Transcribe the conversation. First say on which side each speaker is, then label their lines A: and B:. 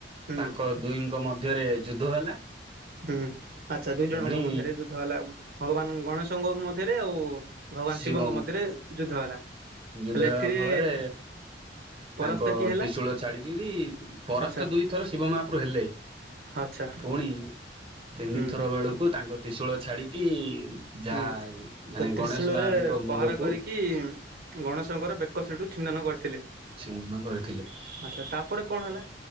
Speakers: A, on the right; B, on the right.
A: ହୁଁ
B: ତାଙ୍କ ଦୁହିଙ୍କ ମଧ୍ୟରେ ଯୁଦ୍ଧ ହେଲା।
A: ହୁଁ, ଆଛା ଦୁଇ ଜଣଙ୍କ
B: ପୁଣି
A: ମଧ୍ୟରେ ଯୁ ଯୁଦ୍ଧ ହେଲା ଭଗବାନ ଗଣେଶଙ୍କ ମଧ୍ୟରେ ଆଉ ଭଗବାନ
B: ଶିବ
A: ଶିବଙ୍କ ମଧ୍ୟରେ ଯୁଦ୍ଧ ହେଲା।
B: ଯୁଦ୍ଧ
A: ହେଲେ
B: ହେବା
A: ଏଥିରେ
B: ଫଳରେ
A: ପରାସ୍ତ
B: ତାଙ୍କ
A: କିଏ ହେଲା
B: ତ୍ରିଶୂଳ ଛାଡିକରି ପରାସ୍ତ
A: ଆଚ୍ଛା
B: ଦୁଇଥର ଶିବ ମହାପ୍ରୁ ହେଲେ।
A: ଆଚ୍ଛା
B: ଫୁଣି ତିନିଥର
A: ହୁଁ।
B: ବେଳକୁ ତାଙ୍କ ତିଶୂଳ ଛାଡିକି। ଯାହା
A: ହୁଁ
B: ମାନେ
A: ତ ତ୍ରିଶୂଳରେ
B: ଗଣେଶ ମାହାରଙ୍କ ମୁଣ୍ଡକୁ
A: ପହରା କରିକି। ଗଣେଶଙ୍କର ବେକ ସେଡୁ ଛିନନ୍ନ କରିଥିଲେ।
B: ଛିନ୍ନ କରୁଥିଲେ।
A: ଆଚ୍ଛା ତାପରେ କଣ ହେଲା?